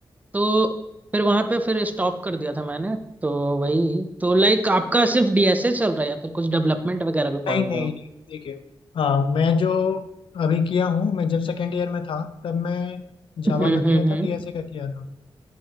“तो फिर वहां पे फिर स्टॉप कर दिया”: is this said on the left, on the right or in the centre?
Right